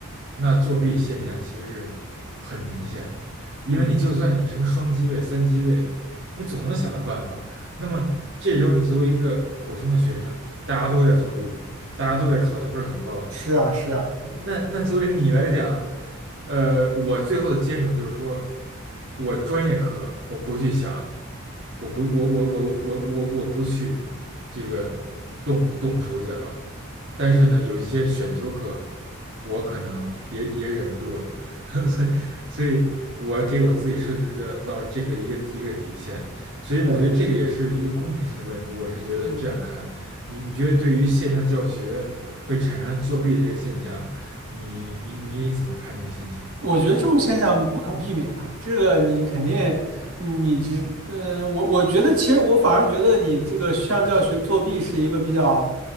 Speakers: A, on the right; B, on the right.
A: 那作弊现象其实是很明显的，因为你就算你什么双机位、
B: 嗯，
A: 三机位，你总能想到办法，那么这时候你作为一个普通的学生，大家都在作弊，大家都在考的分儿很高，
B: 是啊，是啊，
A: 那那作为你来讲，呃，我最后的坚守就是说，我专业课我不去想我不，我我我我我我不去这个动动手脚，但是呢，
B: 嗯，
A: 有一些选修课，我可能也也忍不住了，<laughs> 所以所以我给我自己设置这到这个一个一个底线，所以我觉得这个也是一个公平性的问题，
B: 对，
A: 我是觉得这样看，
B: 嗯。
A: 你你觉得对于线上教学会产生作弊这个现象，你你你怎么看这个现象
B: 我觉得这种现象不可避免啊，这个你肯定，你这，嗯，我我觉得其实我反而觉得你这个像教学作弊是一个比较，
A: 啊？就